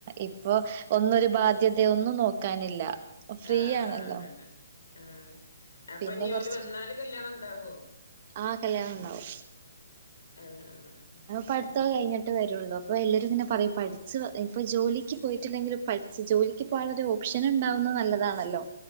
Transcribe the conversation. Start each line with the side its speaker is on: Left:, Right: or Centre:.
Right: ഇപ്പോ ഒന്നൊരു ബാധ്യതെ ഒന്നും നോക്കാനില്ല ഫ്രീ
Left: ആ
Right: ആണല്ലോ
Left: ആ അതന്നെ ആ അപ്പൊ
Right: പിന്നെ
Left: ഇനി
Right: കുറച്ച്
Left: ഓല് വന്നാല് കല്യാണം ഉണ്ടാവോ?
Right: ആ കല്യാണം ഉണ്ടാവും.
Left: ആഹ് ആഹ്
Right: പഠിത്തൊക്കെ കഴിഞ്ഞിട്ട് വരുള്ളൂ അപ്പൊ എല്ലാരും ഇങ്ങനെ പറയും പഠിച്ചോ ഇപ്പൊ ജോലിക്ക് പോയിട്ടില്ലെങ്കിലും പഠിച്ച് ജോലിക്ക് പോകാനുളള ഒരു ഓപ്ഷൻ ഉണ്ടാവുന്നത് നല്ലതാണല്ലോ.